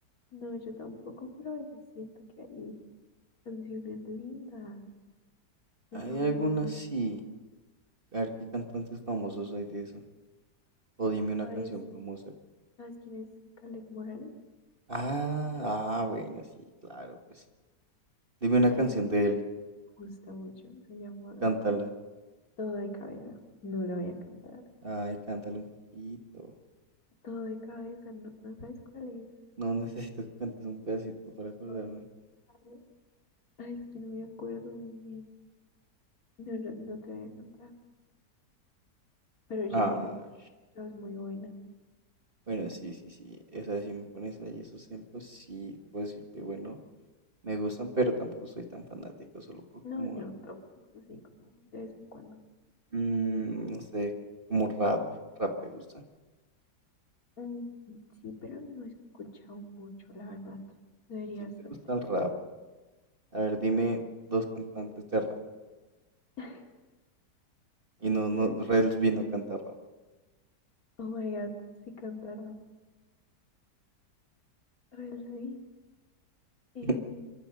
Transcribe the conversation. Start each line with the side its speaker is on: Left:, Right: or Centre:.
Left: no, yo tampoco, pero a veces siento que hay canciones lindas. Digamos,
Right: Hay algunas sí. A ver qué cantantes famosos hay de eso. O dime una
Left: ¿sabes,
Right: canción famosa.
Left: ¿sabes quién es Caleb Morales?
Right: Ah, ah, bueno, sí, claro, pues. Dime una
Left: Hay
Right: canción
Left: una canción
Right: de él,
Left: que me gusta mucho, se llama
Right: cántala.
Left: Todo de cabeza. No la voy a cantar.
Right: Ay, cántala un poquito.
Left: Todo de cabeza, no, no sabes cuál es.
Right: No <laughs> necesito que cantes un pedacito para acordarme.
Left: Todo de cabeza. Ay, es que no me acuerdo muy bien. No, no, no te voy a cantar. Pero yo
Right: Ah,
Left: sé que tú la has escuchado, es muy buena.
Right: bueno, sí, sí, sí. Esa sí me pones ahí esos ejemplos, sí, puedo decir que bueno, me gustan, pero tampoco soy tan fanático, solo por
Left: No,
Right: como,
Left: no,
Right: al-
Left: tampoco, así como de vez en cuando.
Right: mm, no sé, como rap. Rap te gusta.
Left: Mm, sí, pero no he escuchado mucho, la verdad. Deberías,
Right: Si te gusta
Left: ¿a ti te
Right: el
Left: gusta?
Right: rap. A ver, dime dos cantantes de rap.
Left: <laughs>
Right: Y no, no,
Left: A
Right: Rels vino a cantar rap.
Left: Oh my god, sí canta rap. Real, sí. Eh,
Right: <laughs>